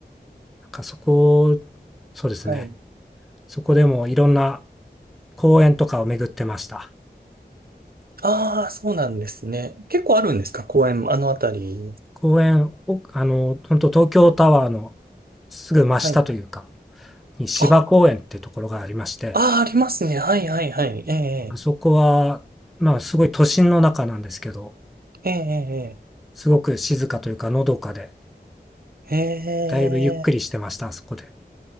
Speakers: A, in the centre; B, on the right.
A: なんかそこ、そうですね、
B: はい。
A: そこでもいろんな公園とかを巡ってました。
B: ああ、そうなんですね。結構あるんですか公園、あのあたり。
A: 公園、おあの、本当東京タワーのすぐ真下というか、
B: はい。
A: に芝公園ってところがありまして、
B: あ、ああ、ありますね。はい、はい、はい。ええ、
A: あそこは、まあすごい都心の中なんですけど、
B: ええ、
A: すごく静かというか、のどかで、
B: ええ、ええ、
A: だいぶゆっくりしてました、あそこで。